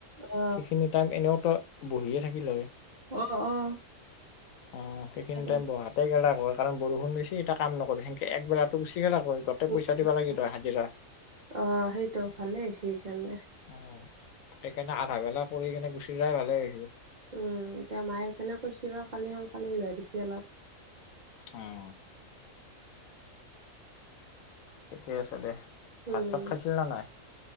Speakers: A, on the right; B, on the left.
A: অ
B: সেইখিনি টাইম এনেওতো বহিয়ে থাকিল হয়।
A: অ অ
B: অ সেইখিনি
A: তাকেতো
B: টাইম বহা <unintelligible> কাৰণ বৰষুণ দিছি এতিয়া কাম নকৰে সেনকে একবেলাটো গুচি গেলাক হয়।
A: <unintelligible>
B: পইচা দিব লাগিল হয় হাজিৰা
A: অ সেইটো ভালে হৈছি সেই কাৰণে।
B: অ সেইকাৰণে আধা বেলা কৰি কিনে গুচি যাই ভালে হৈছে।
A: উম, এতিয়া মায়ে কোনে কৈছিল ৰ' কালি সোনকালে ওলিয়াই দিছে অলপ।
B: উম, ঠিকে আছে দে। ভাত-চাত
A: উম
B: খাইছিল নে নাই?